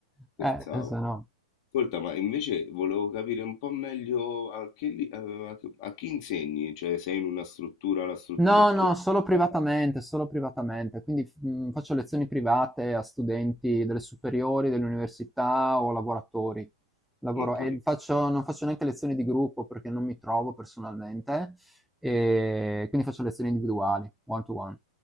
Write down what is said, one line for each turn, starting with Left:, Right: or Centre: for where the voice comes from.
Left: scherzavo.
Centre: Eh, eh, se no.
Left: Ascolta, ma invece volevo capire un po' meglio a che, li- eh, a che- a chi insegni, cioè sei in una struttura, la struttura
Centre: No,
Left: è tua,
Centre: no, solo privatamente,
Left: Eh,
Centre: solo privatamente. Quindi f- mh, faccio lezioni private a studenti delle superiori, delle università o lavoratori. Lavoro,
Left: non ho capito,
Centre: e faccio- non faccio neanche lezioni di gruppo perché non mi trovo personalmente, e quindi faccio lezioni individuali, one to one.